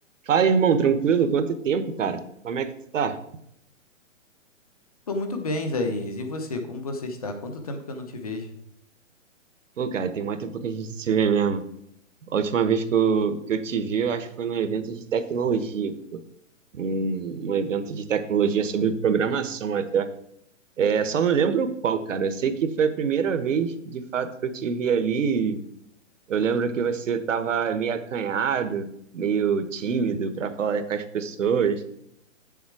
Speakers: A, on the right; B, on the left.
A: Fala, irmão, tranquilo? Quanto tempo, cara? Como é que tu tá?
B: Tô muito bem, Isaías. E você, como você está? Quanto tempo que eu não te vejo?
A: Pô, cara, tem muito tempo que a gente se vê mesmo. A última vez que eu, que eu te vi, eu acho que foi num evento de tecnologia. Um, um evento de tecnologia sobre programação até. É, só não lembro qual, cara. Eu sei que foi a primeira vez, de fato, que eu te vi ali. Eu lembro que você tava meio acanhado, meio tímido para falar com as pessoas.